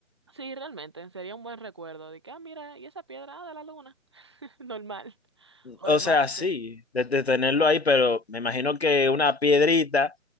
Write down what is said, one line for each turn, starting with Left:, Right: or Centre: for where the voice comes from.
Right: Sí, realmente, sería un buen recuerdo de que, ah, mira, y esa piedra, ah, de la luna, <laughs> normal, o
Left: O
Right: de Marte.
Left: sea, sí, de, de tenerlo ahí, pero me imagino que una piedrita